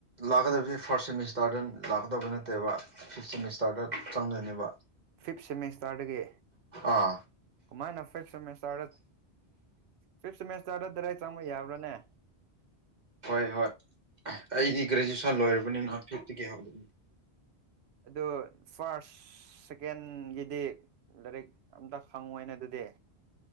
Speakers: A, on the right (about 40°); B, on the right (about 75°).
A: ꯂꯥꯛꯀꯗꯕꯁꯦ ꯐꯥꯔꯁꯠ ꯁꯦꯃꯤꯁꯇꯔꯗ ꯂꯥꯛꯀꯗꯕ ꯅꯠꯇꯦꯕ ꯐꯤꯞ ꯁꯦꯃꯤꯁꯇꯥꯔꯗ ꯆꯪꯗꯣꯏꯅꯦꯕ
B: ꯐꯤꯞ ꯁꯦꯃꯤꯁꯇꯥꯔꯗꯒꯤ
A: ꯑꯥ
B: ꯀꯃꯥꯏꯅ ꯐꯤꯞ ꯁꯦꯃꯦꯁꯇꯔꯗ ꯐꯤꯞ ꯁꯦꯃꯦꯁꯇꯥꯔꯗ ꯗꯥꯏꯔꯦꯛ ꯆꯪꯕ ꯌꯥꯕ꯭ꯔꯥꯅꯦ
A: ꯍꯣꯏ ꯍꯣꯏ ꯑꯩꯗꯤ ꯒ꯭ꯔꯦꯖꯨꯌꯦꯁꯟ ꯂꯣꯏꯔꯕꯅꯤꯅ ꯐꯤꯐꯇꯒꯦ <unintelligible>
B: ꯑꯗꯣ ꯐꯥꯔꯁ ꯁꯦꯀꯦꯟꯒꯤꯗꯤ ꯂꯥꯏꯔꯤꯛ ꯑꯝꯇ ꯐꯪꯉꯣꯏꯅ ꯑꯗꯨꯗꯤ